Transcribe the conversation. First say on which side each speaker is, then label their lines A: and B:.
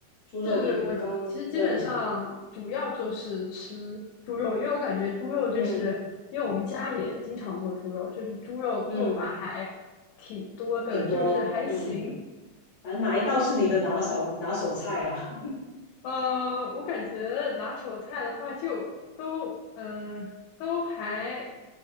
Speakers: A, on the left; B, on the left.
A: 猪肉你刚，
B: 对对，我其实基本上主要就是吃猪肉，
A: 对，
B: 因为我感觉猪肉就是因为我们家也经常做猪肉，
A: 嗯
B: 就是猪肉做法还挺多的，
A: 嗯，挺多，
B: 就是还行。
A: 嗯，反正哪一道是你的拿手拿手菜啊？
B: 呃，我感觉拿手菜的话就都嗯、呃都还